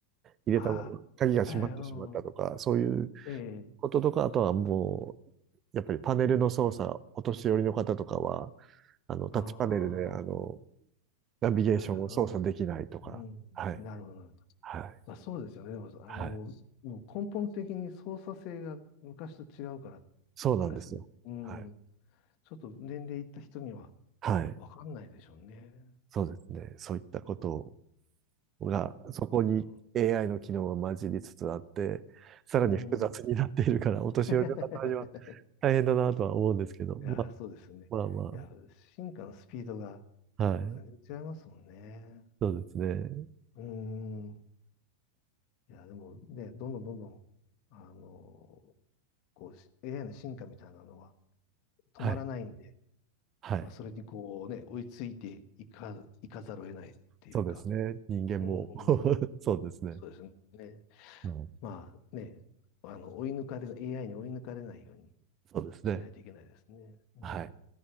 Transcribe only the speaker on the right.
入れたまま鍵が閉まってしまったとか、
そういう
こととか、あとはもう、やっぱりパネルの操作、お年寄りの方とかは、あの、タッチパネルで、
あの、
ナビゲーションを操作できないとか、
はい、
はい、
はい、
そうなんですよ。
はい、
はい、
そうですね。そういったことが、そこに
AI の機能が混じりつつあって、さらに複雑になっているから、
お年寄りの方には
大変だなとは思うんですけど、
まあ、
まあま
あ、はい、
そうですね。
はい。はい。
そうですね。人間も
<laughs> そうですね。
うん。
そうですね。
はい。